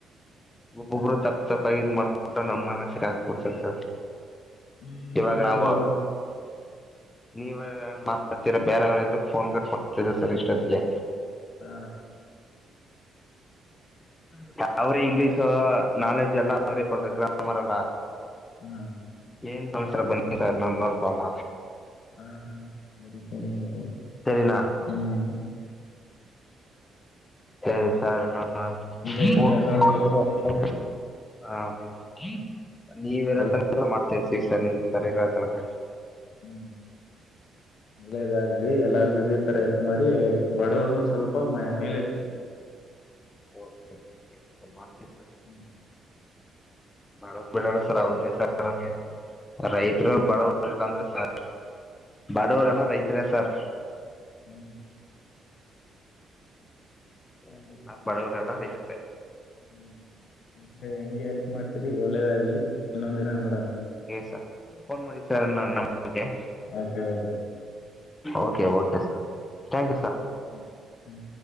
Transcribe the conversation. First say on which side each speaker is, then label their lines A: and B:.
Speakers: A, on the left (about 25°); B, on the left (about 65°).
A: ಒಬ್ಬೊಬ್ರು ತಪ್ಪ ತಪ್ಪ ಇದಾಗ್ ಮಾಡ್ಬಿಟ್ಟ ನಮ್ಮ ಮನಸ್ಸ ಹಾಕ್ಬಿಡ್ತಾರೆ ಸರ್.
B: ಹ್ಮ್
A: ಇವಾಗ
B: ಹೌದೌದು
A: ನಾವು ನೀವ ಮಾತಾಡ್ತೀರ ಬೇರೆವ್ರ್ಗ್ ಫೋನ್ ಕಟ್ ಕೆಲು ಸರ್ ಇಷ್ಟತ್ಗೆ.
B: ಹಾ
A: <inaudible> ಅವ್ರ ಇಂಗ್ಲೀಷು ನಾಲೆಡ್ಜ್ ಎಲ್ಲ ಅವರೆ ಕೊಡ್ತಾರ್ ಗ್ರಾಮರ್ ಎಲ್ಲ
B: ಹ್ಮ.
A: ಏನ್ ಸರ್ ಬನ್ನಿ ಸರ್ ನೋಡ್ಕೊಳಮ
B: ಹಾ ಹ್ಮ ಬರಿ ಸರಿ ಆಯ್ತು. <unintelligible>
A: ಸರಿನಾ
B: ಹ್ಮ್ <inaudible>
A: ಸರಿ ಸರ್ ಇನ್ನು
B: ಇದೇ ತರ
A: ಹ
B: ಎಲ್ಲರಿಗೂ ಹೆಲ್ಪ್
A: <inaudible>
B: ಮಾಡಿ
A: ಹಾ ಆ ನೀವಿರ
B: ಬಲ್
A: ತನ್ಕನು ಮಾಡ್ ಸರಿ <unintelligible> ತನಕ
B: ಹ್ಮ್ ಒಳ್ಳೇದಾಗ್ಲಿ ಎಲ್ಲಾರಿಗು ಇದಿ ತರ ಹೆಲ್ಪ್ ಮಾಡಿ ಬಡವ್ರನ ಸ್ವಲ್ಪ ಮ ಮೇಲೆ ಎತ್ಸಿ.
A: ಹ ಸರಿ <unintelligible> ಮಾಡ್ತೀನ್
B: ಹ್ಮ್
A: ಬಡ ಬಿಡಲ್ಲ ಸರ್ <unintelligible> ಸರ್ ನಮಗೆ ರೈತರು ಬಡವ್ರು ಇಲ್ಲ ಅಂದ್ರೆ ಸರ್ ಬಡವ್ರೆಲ್ಲ ರೈತ್ರೇ ಸರ್.
B: ಹ್ಮ್ ಹ್ಮ್
A: ಎಲ್ಲ ಬಡವರೆಲ್ಲ ರೈ <inaudible>
B: ಹ್ಮ್ ಮೆ ಹೆಂಗೆ ಎಲ್ಪ್ ಮಾಡ್ತೀರಿ ಒಳ್ಳೇದಾಗ್ಲಿ ಇನ್ನೊಂದಿನ ನೋಡೋಣ.
A: ಸ ಫೋನ್ ಮಾಡಿ ಸರ್ ನನ್ ನಂಬರ್ ಗೆ
B: okay okay
A: okay okay sir thank you sir.
B: ಹ್ಮ್ ಹ್ಮ್